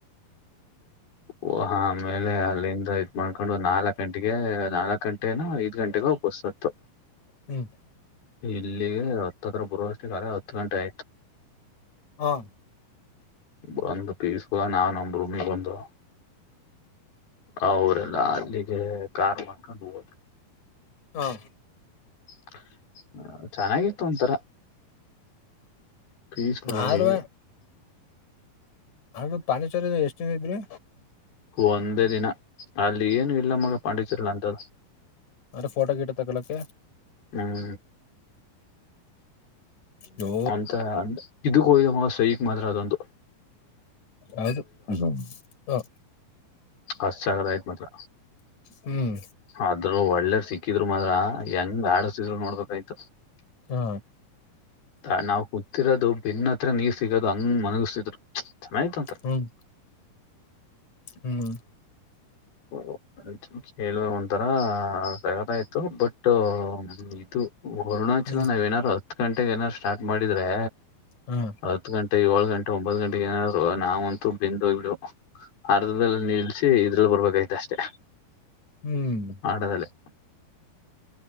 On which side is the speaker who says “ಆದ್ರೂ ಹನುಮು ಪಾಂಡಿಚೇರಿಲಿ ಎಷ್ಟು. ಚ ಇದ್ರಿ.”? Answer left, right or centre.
Left